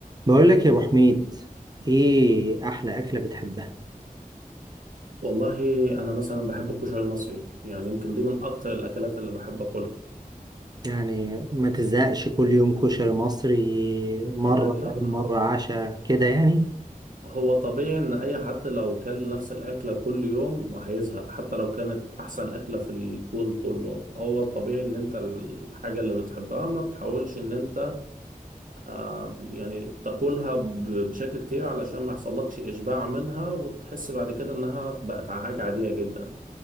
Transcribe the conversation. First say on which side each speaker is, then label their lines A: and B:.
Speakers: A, on the right; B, on the right.
A: بقول لك يا ابو حميد ايه احلى اكله بتحبها
B: والله انا مثلا بحب الكشري المصري يعني يمكن دي من اكتر الاكلات اللي بحب اكلها
A: يعني ما تزهقش كل يوم كشري مصري مره
B: آه لا
A: يعني مره عشاء كده يعني
B: هو طبيعي ان اي حد لو كل نفس الاكله كل يوم هيزهق حتى لو كانت احسن اكله في الكون كله هو الطبيعي ان انت الحاجه اللي بتحبها ما تحاولش ان انت آه يعني تاكلها ب- بشكل كتير علشان ما يحصلكش اشباع منها وتحس بعد كده انها بقت حاجه عاديه جدا